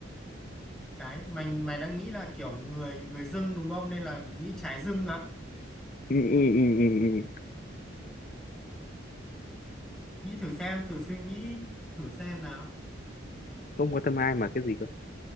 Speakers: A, in the centre; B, on the left (about 40°).
A: Trái mày mày đang nghĩ là kiểu người người dưng đúng không? Nên là nghĩ trái dưng á.
B: ừ, ừ, ừ, ừ, ừ.
A: Nghĩ thử xem, thử suy nghĩ thử xem nào.
B: không quan tâm ai mà cái gì cơ